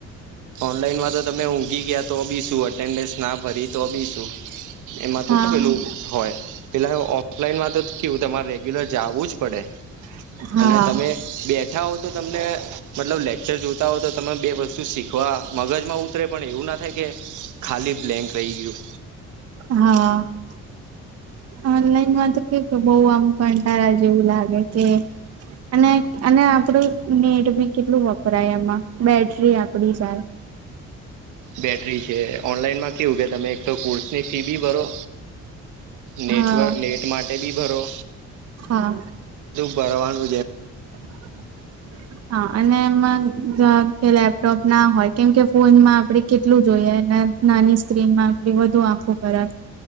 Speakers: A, on the right; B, on the right.
A: ઓનલાઈનમાં તો તમે ઊંઘી ગયા તો બી શું અટેન્ડન્સ ના ભરી તો બી શું. એમાં તો
B: હા
A: પેલું હોય પેલા ઓફલાઈનમાં તો કેવું તમારે રેગ્યુલર જાગવું જ પડે.
B: હા
A: અને તમે બેઠા હો તો તમને મતલબ લેક્ચર જોતા હોય તો તમે બે વસ્તુ શીખવા મગજ માં ઉતરે પણ એવું ના થાય કે ખાલી બ્લેન્ક રહી ગયું.
B: હા ઓનલાઈનમાં તો કે બહ આમ કંટાળા જેવું લાગે કે અને અને આપડું નેટ બી કેટલું વપરાય એમાં બેટરી આપડી જાય.
A: બેટરી છે ઓનલાઈનમાં કેવું કે તમે એક તો ની ફી બી ભરો, નેટવર્ક
B: હા
A: નેટ માટે બી ભરો
B: હા.
A: ભણવાનું
B: <unintelligible> હા અને એમાં જ લેપટોપ ના હોય કેમ કે ફોનમાં આપડે કેટલું જોઈએ નાની સ્ક્રીનમાં આપે વધુ આખું ખરા